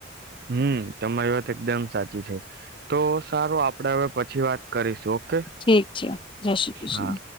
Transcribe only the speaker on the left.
ઠીક છે, જય શ્રી કૃષ્ણ